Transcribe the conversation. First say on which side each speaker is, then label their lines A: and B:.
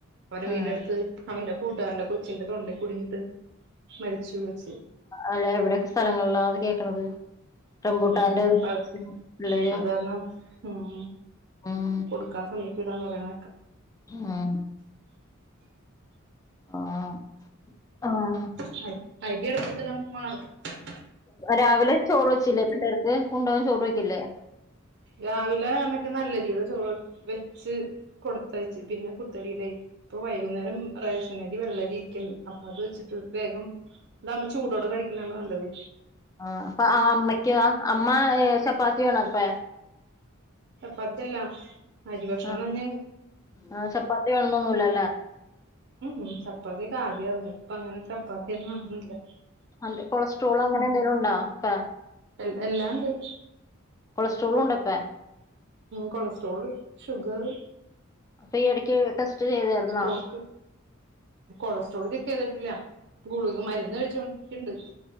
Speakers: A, on the right; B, on the left.
A: അവരെ വീടിന്റെ
B: ആഹ്
A: അടുത്ത് അവന്റെ കൂട്ടുകാരന്റെ കൊച്ചിന്റെ തൊണ്ടേ കുടുങ്ങിട്ട് മരിച്ചു കൊച്ച്
B: അല്ല എവിടെയൊക്കെ സ്ഥലങ്ങളിലാ അത് കേക്കണത് റംബൂട്ടാന്റെ
A: ഉം അപ്പ അത്
B: പിള്ളേര്
A: കാരണം ഉം
B: ഉം
A: കൊടുക്കാൻ സമ്മയിക്കുലാന്ന് പറയണ
B: ഉം ആഹ് ആഹ്
A: ഫുഡ് അരി അടപ്പത് <unintelligible>
B: രാവിലെ ചോറ് വെച്ചില്ലേ പിള്ളേർക്ക് കൊണ്ടോവാൻ ചോറ് വയ്ക്കില്ലേ
A: രാവിലെ മറ്റേ നല്ലരിയുടെ ചോറ് വെച്ച് കൊടുത്തഴച്ച് പിന്നെ കുത്തരിയുടെ ഇപ്പൊ വൈകുന്നേരം റേഷനരി വെള്ളരി ഇരിക്കണ്ട് അപ്പൊ അത് വെച്ചിട്ട് വേഗം ഇ നമ്മ ചൂടോടെ കഴിക്കാനാണ് നല്ലത്
B: ആ അപ്പ അമ്മയ്ക്ക് അമ്മ ചപ്പാത്തി വേണ അപ്പ
A: ചപ്പാത്തിയല്ല അരി ഭക്ഷണം
B: ആഹ്
A: തന്നെ
B: ആഹ് ചപ്പാത്തി വേണന്നൊന്നുല്ലല്ലേ
A: ഉ ചപ്പാതി കാദ്യായിരുന്നു ഇപ്പൊ അങ്ങനെ ചപ്പാത്തിയൊും വന്നുന്നില്ല
B: അ കൊളസ്ട്രോൾ അങ്ങനെ എന്തെലും ഉണ്ടോപ്പ
A: എ എല്ലാം ഉണ്ട്
B: കൊളസ്ട്രോളും ഉണ്ടപ്പ
A: കൊളസ്ട്രോള് ഷുഗറ്
B: അപ്പൊ ഈ ഇടക്ക് ടെസ്റ്റ് ചെയ്തായിരുന്നോ
A: സ്ട്രോക്ക് കൊളസ്ട്രോൾ ചെക്ക് ചെയ്തിട്ടില്ല ഗുളക് മരുന്ന് കഴിച്ചോണ്ട് എിണ്ട്